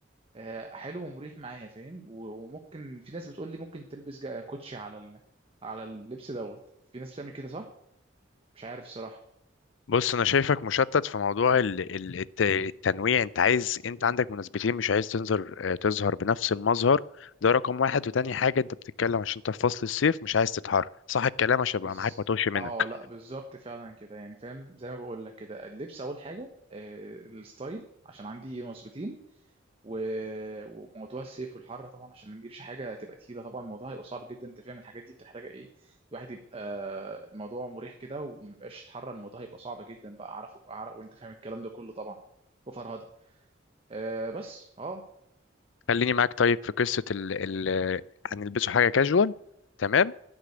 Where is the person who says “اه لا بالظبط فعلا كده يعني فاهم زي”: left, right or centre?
Right